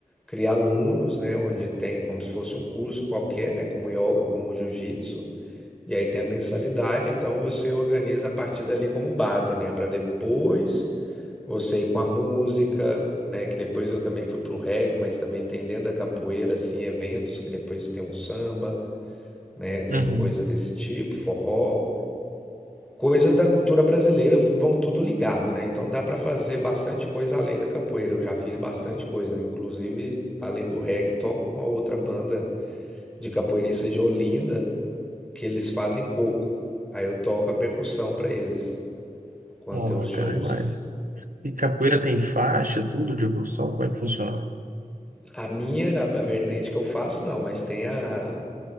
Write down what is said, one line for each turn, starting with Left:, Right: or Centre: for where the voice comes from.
Centre: cria alunos, né? Onde tem como se fosse um curso qualquer, né? Como yoga, como jiu-jitsu. E aí tem a mensalidade, então você organiza a partir dali como base, né? Para depois você ir com a música, né? Que depois eu também fui pro reggae, mas também tem dentro da capoeira, assim, eventos que depois tem um samba, né? Tem
Right: uhum.
Centre: coisa desse tipo, forró, coisas da cultura brasileira vão tudo ligado, né? Então dá para fazer bastante coisa além da capoeira. Eu já fiz bastante coisa, inclusive além do reggae, toco com a outra banda de capoeiristas de Olinda, que eles fazem coco. Aí eu toco a percussão para eles quando
Right: Ó,
Centre: tem
Right: bacana
Centre: os shows.
Right: demais. E capoeira tem faixa, tudo de evolução? Como é que funciona?
Centre: A minha, a, a vertente que eu faço, não, mas tem a,